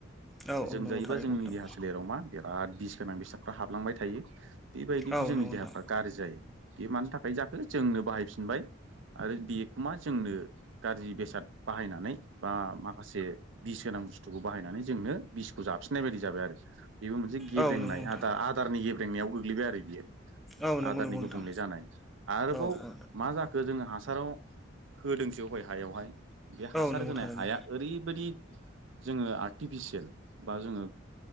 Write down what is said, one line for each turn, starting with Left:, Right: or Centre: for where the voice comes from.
Centre: औ
Right: जों
Centre: औ नंगौ
Right: जायोबा
Centre: थारै नंगौ
Right: जोंनि
Centre: नोंथां
Right: देहा सोलेराव मा देर बिराद बिस गोनां बेसादफ्रा हाबलांबाय थायो बेबायदिबो
Centre: औ
Right: जोंनि
Centre: नंगौ नोंथां
Right: देहाफ्रा गाज्रि जायो । बे मानि थाखाय जाखो जोंनो बाहायफिनबाय आरो बेखौ मा जोंनो गाज्रि बेसाद बाहायनानै बा माखासे बिस गोनां बुस्थुखौ बाहायनानै जोंनो बिसखौ जा फिननाय बायदि जाबाय आरो बेबो मोनसे गेब्रेंनाय
Centre: औ नंगौ नोंथां
Right: आ दारनि गेब्रेंनायाव गोग्लैबाय आरो बियो ।
Centre: औ नंगौ
Right: आदारनि
Centre: नंगौ नोंथां
Right: गुबुंले जानाय आरोबाव
Centre: औ औ
Right: मा जाखो जोङो हा साराव होदोंसै हय हायावहाय बे हासार
Centre: औ नंगौ
Right: होनाय
Centre: थारैनो
Right: हाया ओरैबायदि जोङो आर्टिफिसियेल बा जोङो